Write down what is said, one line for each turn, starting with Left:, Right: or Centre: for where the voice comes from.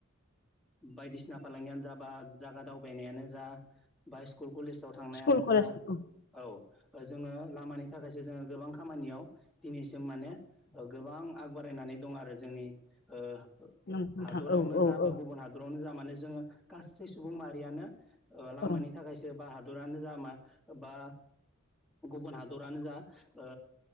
Centre: बायदिसिना फालांगियानो जा बा जायागा दावबायनायानो जा बा स्कुल कलेजाव थांनायानो
Left: स्कुल कलेज
Centre: जा
Left: औ
Centre: औ जोङो लामानि थाखायसो जोङो गोबां खामानियाव दिनैसिम माने गोबां आग बारायनानै दं आरो जोंनि ओ
Left: नंगौ नोंथां
Centre: हादरावनो
Left: औ औ
Centre: जा बा
Left: औ
Centre: गुबुन हादरावनो जा माने जोङो गासै सुबुं माहारियानो ओ लामानि
Left: औ
Centre: थाखायसो बा हादरानो जा मा बा गुबुन हादरानो जा ओ